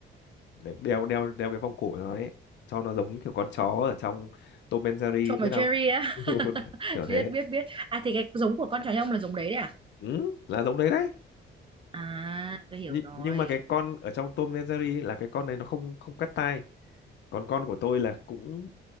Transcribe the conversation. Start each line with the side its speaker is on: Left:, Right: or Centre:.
Left: để đeo đeo đeo cái vòng cổ nó ấy cho nó giống kiểu con chó ở trong Tom and Jerry
Right: Tom
Left: biết
Right: và Jerry
Left: không
Right: á.
Left: <laughs>
Right: <laughs>
Left: kiểu thế
Right: Biết biết biết. À thì cái giống của con chó nhà ông là giống đấy đấy à?
Left: ừ, là giống đấy đấy
Right: À, tôi hiểu
Left: Nhi-
Right: rồi.
Left: nhưng mà cái con ở trong Tom and Jerry ấy là cái con này nó không không cắt tai còn con của tôi là cũng